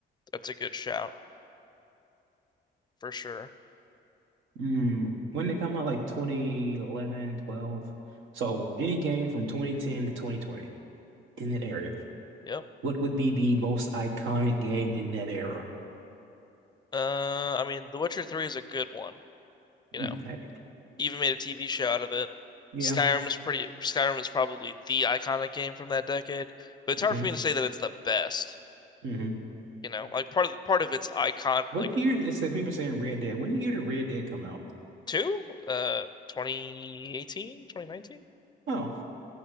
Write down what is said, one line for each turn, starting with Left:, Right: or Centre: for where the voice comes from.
Left: That's a good shout for sure.
Right: Mm, when they come out like 2011, twelve, So any game from 2010 to 2020 in that area.
Left: Yep.
Right: What would be the most iconic game in that era?
Left: Uh, I mean, The Witcher 3 is a good one, you
Right: Mm,
Left: know.
Right: heck,
Left: Even made a TV show out of it.
Right: yeah.
Left: Skyrim is pretty Skyrim is probably the iconic game from that decade, but it's
Right: hmm
Left: hard for me to say that it's the best,
Right: hmm
Left: you know. Like part of the, part of its icon
Right: What
Left: like
Right: year is said people saying Red Dead? When year did Red Dead come out?
Left: 2 uh 2018, 2019,
Right: Oh,